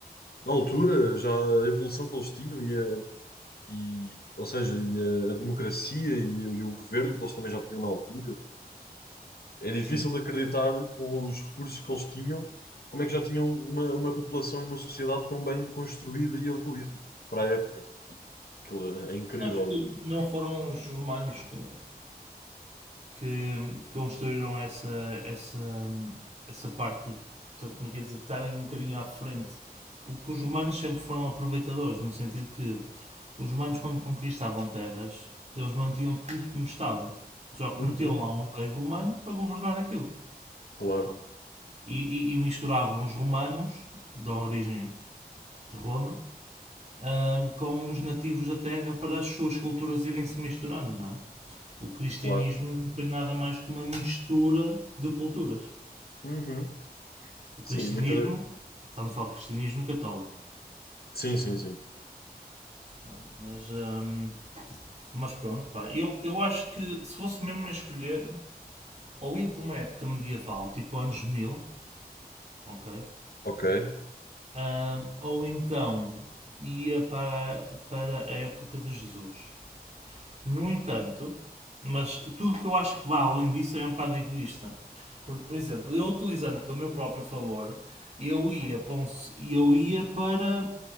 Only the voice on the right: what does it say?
Sim.
Sabes que não foram os romanos que, que, que construíram essa, essa, essa parte de, de- como é que é dizer, de estarem um bocadinho à frente. Porque os romanos sempre foram aproveitadores, no sentido que os romanos, quando conquistavam terras, eles mantinham tudo como estava. Só que
metiam lá um rei romano a governar aquilo.
Pronto. E, e- e misturavam os romanos, da origem de Roma, ahm, com os nativos da terra para as suas culturas irem se misturando, não é? O cristianismo
não foi nada mais que uma mistura de culturas.
O
cristianismo,
estamos a falar de cristianismo católico,
não é? mas, hum, mas pronto, pá, eu, eu acho que se fosse mesmo a escolher, ou ia para uma época medieval, tipo anos 1000, ok?
Hum, ou então ia para, para a época de Jesus. No entanto, mas tudo que eu acho que vai além disso é um bocado egoísta. Porque, por exemplo, eu utilizando para o meu próprio favor, eu ia para, um, eu ia para